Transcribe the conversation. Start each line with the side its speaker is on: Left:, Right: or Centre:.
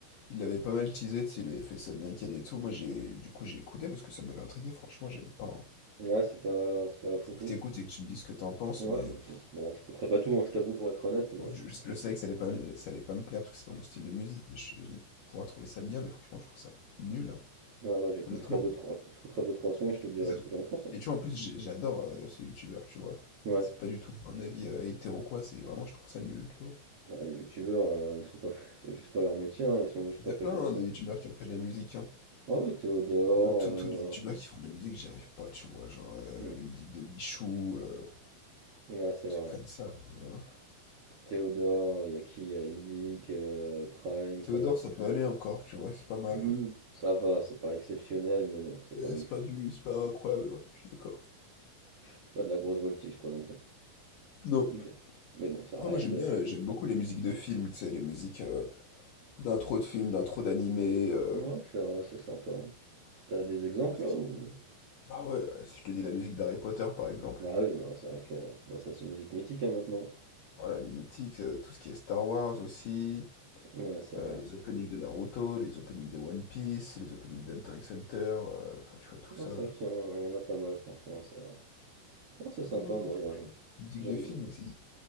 Left: Il l'avait pas mal teasé, tu sais, il avait fait ça bien calé et tout. Moi, j'ai, du coup, j'ai écouté parce que ça m'avait intrigué. Franchement, j'aime pas. hein.
Right: Ouais, c'est pas, c'est pas foufou.
Left: Faut que t'écoutes et que tu me dises ce que t'en penses,
Right: Ouais,
Left: mais
Right: bah,
Left: pff,
Right: je, bon, j'écouterai pas tout, hein, je t'avoue, pour être honnête, mais
Left: ouais,
Right: j'écouterai.
Left: je, je- je savais que ça allait pas, me- ça allait pas me plaire parce que c'est pas mon style de musique. Mais je vais pouvoir trouver ça bien, mais franchement, je trouve ça nul, hein,
Right: Ouais, bah, j'écouterai
Left: honnêtement.
Right: deux, trois, j'écouterai deux, trois sons et je te dirai
Left: Et ça-
Right: ce que j'en pense. hein.
Left: et tu vois, en plus, j'ai- j'adore euh, ce youtubeur, tu vois.
Right: Ouais.
Left: Et c'est pas du tout un avis euh, hétéro quoi. C'est vraiment, je trouve ça nul, tu vois.
Right: Ouais, les youtubeurs, euh, ils sont pas, <laughs> c'est juste pas leur métier, hein, ils sont juste
Left: Il
Right: pas
Left: y a
Right: faits
Left: plein
Right: pour
Left: hein,
Right: ça.
Left: de youtubeurs qui ont fait de la musique. Hein.
Right: Ah oui, Théodore,
Left: Genre, moi, tous
Right: euh,
Left: tous les youtubeurs qui font de la musique, j'y arrive pas, tu vois. Genre, euh,
Right: hmm,
Left: les musiques de Michou. euh,
Right: ouais, c'est
Left: truc
Right: vrai.
Left: comme ça. voilà.
Right: Théodore, il y a qui? Il y a Yvick, euh, Prime,
Left: Théodore,
Right: qu'on a fait.
Left: ça peut aller encore, tu vois, c'est pas mal.
Right: Oui. Ça va, c'est pas exceptionnel, mais bon, c'est
Left: Mais
Right: pas
Left: C'est
Right: non plus,
Left: pas du, c'est pas incroyable, ouais, je suis d'accord.
Right: c'est pas de la grosse voltige, quoi, non plus.
Left: Non.
Right: Mais, mais bon, ça
Left: Après,
Right: reste.
Left: moi, j'aime bien, euh, j'aime beaucoup les musiques de films, tu sais, les musiques euh, d'intro de films, d'intro d'animé, euh,
Right: Ouais, c'est vrai, c'est sympa. T'as des exemples
Left: tout ce
Right: là
Left: qui...
Right: ou?
Left: Ah ouais, euh, si je te dis la musique d'Harry Potter, par exemple.
Right: Ah oui, non, c'est vrai que bah, ça c'est musique mythique hein, maintenant.
Left: Voilà, les mythiques, euh, tout ce qui est Star Wars aussi,
Right: Ouais, c'est vrai.
Left: euh, les openings de Naruto, les openings de One Piece, les openings d'Hunter x Hunter, euh, enfin, tu vois, tout
Right: Non,
Left: ça.
Right: c'est vrai qu'il y, en il y en a pas mal, franchement, c'est vrai. Non, c'est sympa,
Left: Ah non, non,
Right: moi
Left: franchement.
Right: j'aime.
Left: Musique
Right: J'aime
Left: de film,
Right: beaucoup.
Left: c'est...